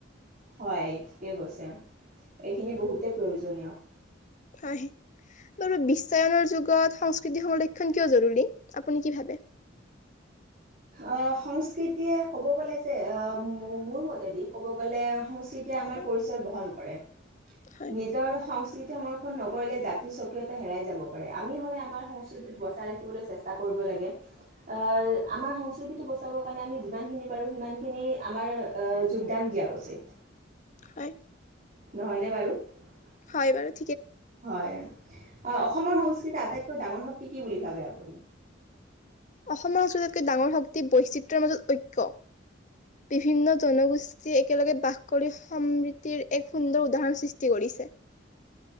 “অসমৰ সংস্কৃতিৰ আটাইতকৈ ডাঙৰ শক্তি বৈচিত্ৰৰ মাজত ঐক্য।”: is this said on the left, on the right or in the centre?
Left